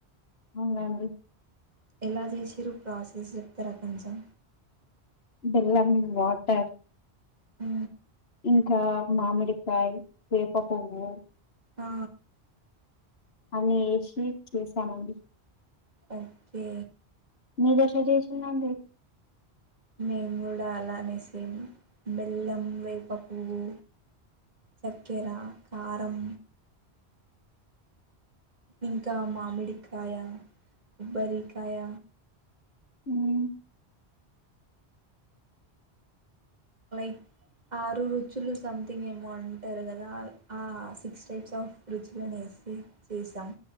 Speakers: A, on the left; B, on the right.
A: అవునండి.
B: ఎలా చేసిరు ప్రాసెస్ చెప్తారా కొంచెం?
A: బెల్లం, వాటర్.
B: ఊ
A: ఇంకా మామిడికాయ్ వేపపువ్వు
B: ఆ!
A: అన్నీ ఏషి చేసామండి.
B: ఓకే.
A: మీరెట్ల చేషిండఅండి?
B: మేంగూడా అలానే సేం బెల్లం, వేపపువ్వు చక్కెర, కారం. ఇంకా మామిడికాయ, కొబ్బరికాయ.
A: మ్మ్.
B: లైక్ ఆరు రుచులు. సంథింగ్ ఏమో అంటారు కదా, ఆ సిక్స్ టైప్స్ ఆఫ్ రుచులనేసి చేసాం.